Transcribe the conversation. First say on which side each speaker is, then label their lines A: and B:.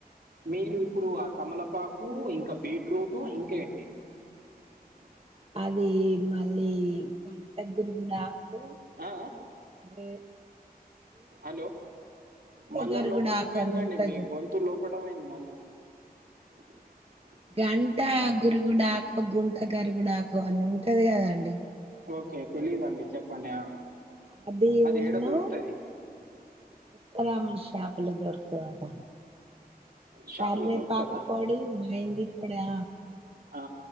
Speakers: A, on the right; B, on the right.
A: మీరు ఇప్పుడు ఆ తమలపాకు ఇంకా బీట్రూట్ ఇంక ఏంటి ఆ
B: అది మళ్ళీ గంట గురువిడాకు
A: ఆ?
B: దే
A: హలో మళ్ళా
B: గరుగుడాకు
A: లోపట పోయిందండి
B: అని ఉంటది
A: మీ
B: చూడండి
A: గొంతు లోపట పోయింది మళ్ళీ అ
B: గంట గురుగుడాకో గుంట గరుగుడాకో అని ఉంటది కదండి.
A: ఓకే తెలీదుండి చెప్పండి ఆ
B: అది ఉన్నా
A: ఏడ దొరుకుతుంది
B: ప్రషా అందులో దొరుకుతదంట
A: షాప్లో
B: కరివేపాకు
A: దొరుకుతుందా
B: పొడి మయంగిప్పుడా
A: ఆ,